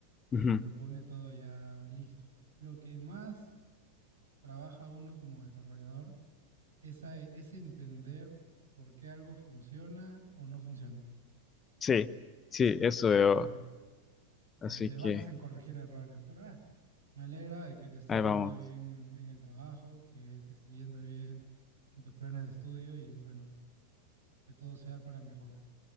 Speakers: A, on the right (about 70°); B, on the left (about 20°).
A: te
B: Ujú.
A: lo pone todo ya listo. Lo que más trabaja uno como desarrollador es, a- es entender por qué algo funciona o no funciona.
B: Sí, sí, eso
A: Así
B: veo.
A: que eh,
B: Así
A: te
B: que
A: basas en corregir errores, pero ah, me alegra de que te esté
B: ahí
A: yendo
B: vamos.
A: bien en, en el trabajo, que te esté yendo bien en tus planes de estudio y bueno, que todo sea para mejora.